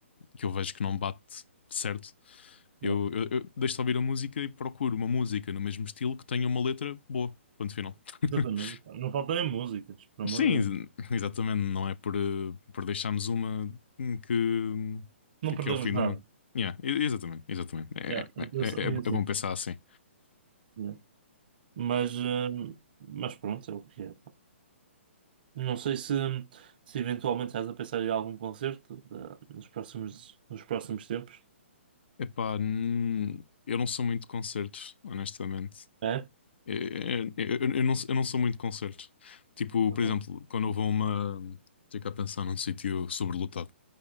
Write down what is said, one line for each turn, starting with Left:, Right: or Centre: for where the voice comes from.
Left: que eu vejo que não bate certo, eu,
Right: Yeah.
Left: eu, eu deixo de ouvir a música e procuro uma música no mesmo estilo que tenha uma letra boa. Ponto final. <laughs>
Right: Exatamente. pá. Não faltam é músicas, pelo
Left: Sim,
Right: amor de Deus.
Left: exatamente. Não é por, eh, por deixarmos uma hum, que,
Right: Não
Left: que,
Right: perdemos
Left: que é o fim do
Right: nada.
Left: mundo. Yeah, e- exatamente, exatamente. É,
Right: Yeah. eu
Left: é,
Right: penso-
Left: é,
Right: eu
Left: é é
Right: ia dizer,
Left: bom pensar assim.
Right: yeah. Mas, hum, mas pronto, é o que é. Não sei se, se eventualmente estás a pensar em algum concerto ah, nos próximos, nos próximos tempos.
Left: Epá, hum, eu não sou muito de concertos, honestamente.
Right: É?
Left: Eu, eu, eu- não, eu não sou muito de concertos. Tipo,
Right: Ok.
Left: por exemplo, quando eu vou a uma. Tenho que pensar num sítio sobrelotado.